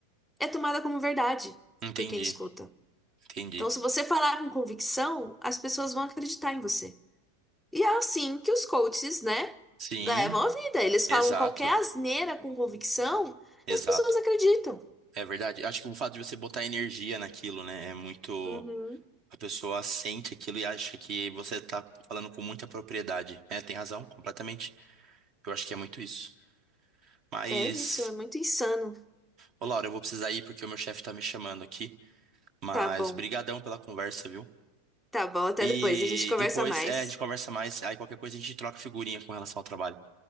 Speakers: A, in the centre; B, on the right.
A: é tomada como verdade
B: entendi,
A: por quem escuta.
B: entendi.
A: Então, se você falar com convicção, as pessoas vão acreditar em você. E é assim que os coaches, né,
B: Sim,
A: levam a vida. Eles
B: exato,
A: falam qualquer asneira com convicção
B: exato.
A: e as pessoas acreditam.
B: É verdade. Acho que o fato de você botar energia naquilo, né, é muito.
A: Uhum.
B: A pessoa sente aquilo e acha que você tá falando com muita propriedade. É, tem razão, completamente. Eu acho que é muito isso. Mas,
A: É isso, é muito insano.
B: ô Laura, eu vou precisar ir porque o meu chefe tá me chamando aqui. Mas,
A: Tá bom,
B: brigadão pela conversa, viu?
A: tá bom. Até
B: E
A: depois, a gente conversa
B: depois,
A: mais.
B: é, a gente conversa mais. Aí qualquer coisa a gente troca figurinha com relação ao trabalho.